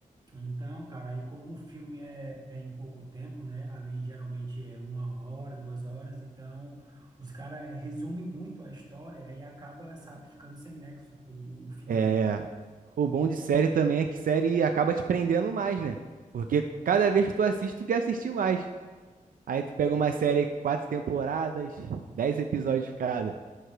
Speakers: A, on the right (about 30°); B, on the right (about 80°).
A: Então, cara, aí como o filme é, é em pouco tempo, né? Ali geralmente é uma hora, duas horas, então os caras resumem muito a história, aí acaba, sabe, ficando sem nexo o, o o final.
B: É... O
A: E-
B: bom de série também é que série acaba te prendendo mais, né? Porque cada vez que tu assiste, tu quer assistir mais. Aí tu pega uma série aí com quatro temporadas, dez episódios cada.